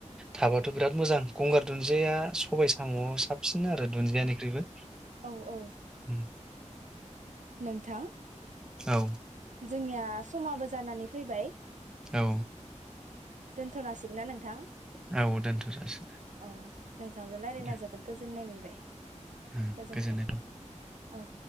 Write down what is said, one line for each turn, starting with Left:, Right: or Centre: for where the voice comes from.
Centre: थाबाथ बिराद मोजां। गंगार दुन्दिया सबाइ साम'आव साबसिन आरो दुन्दियानिख्रुइबो।
Right: औ औ
Centre: उम,
Right: नोंथां
Centre: औ
Right: जोंनिया समाबो जानानै फैबाय
Centre: औ
Right: दोनथ जासिगोनना नोंथां
Centre: औ दोनथ' जासिगोन। दे
Right: अ नोंथांजों रायलायना
Centre: दे,
Right: जोबोद गोजोननाय मोनबाय। <inaudible>
Centre: ओ
Right: गोजोन्थों।
Centre: गोजोननाय
Right: औ